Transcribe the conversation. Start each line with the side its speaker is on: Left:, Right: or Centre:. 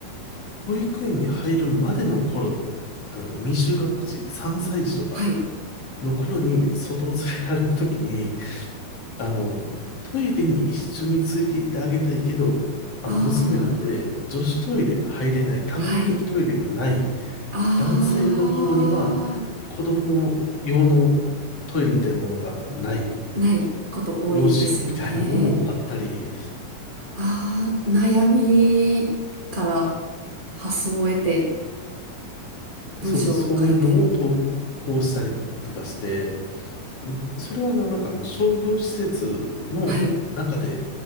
Left: 保育園に入るまでの頃、あの、未就学児、3歳児とか
Right: はい。
Left: の頃に外を連れ歩くときに、あの、トイレに一緒について行ってあげたいけど、あの、
Right: ああ、
Left: 娘なんで、女子トイレ入れない、多目的トイレがない、
Right: はい。あ
Left: 男性の方には子供用のトイレみたいなものがない。
Right: あ、ないこと多いですよね。
Left: どうしようみたいなのもあったり、
Right: ああ、悩みから発想を得て、文章を書いて。
Left: そうです。そういうのを投稿したりとかして、もうそれはあの、なんかあの商業施設の中で
Right: はい。